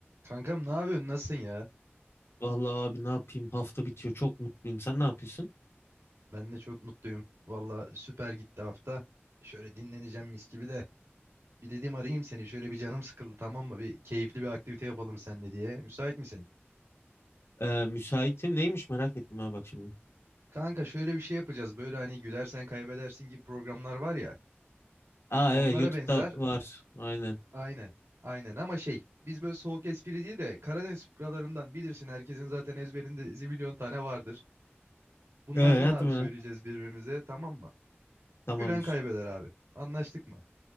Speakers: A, on the right; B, on the left.
A: Kankam ne yapıyorsun? Nasılsın ya?
B: Vallahi abi ne yapayım? Hafta bitiyor. Çok mutluyum. Sen ne yapıyorsun?
A: Ben de çok mutluyum. Valla süper gitti hafta. Şöyle dinleneceğim mis gibi de. Bir dedim arayayım seni. Şöyle bir canım sıkıldı tamam mı? Bir keyifli bir aktivite yapalım seninle diye. Müsait misin?
B: Ee, müsaitim. Neymiş merak ettim ha bak şimdi.
A: Kanka şöyle bir şey yapacağız. Böyle hani gülersen kaybedersin gibi programlar var ya.
B: Aa
A: Onlara
B: evet YouTube'da
A: benzer.
B: var. Aynen.
A: Aynen. Aynen ama şey. Biz böyle soğuk espri değil de Karadeniz fıkralarından bilirsin. Herkesin zaten ezberinde zibilyon tane vardır. Bunlardan
B: Ee, hadi
A: abi
B: merak.
A: söyleyeceğiz birbirimize tamam mı?
B: Tamamdır.
A: Gülen kaybeder abi. Anlaştık mı?